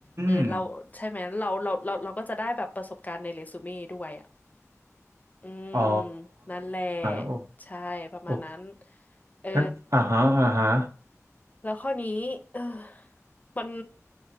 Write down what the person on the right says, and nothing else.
ม
อ๋อ
โอ้
โอ้
นั่นอ่าฮะอ่าฮะ